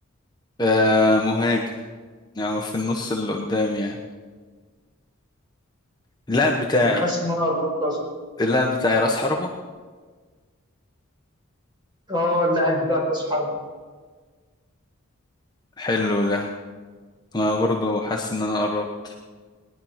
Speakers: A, on the left; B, on the right.
A: آه مهاجم يعني في النص اللي قدام يعني اللاعب بتاعي
B: انا حاسس ان انا قربت اصلا
A: اللاعب بتاعي راس حربة
B: اه اللاعب بتاعك راس حرب
A: حلو ده انا برضو حاسس ان انا قربت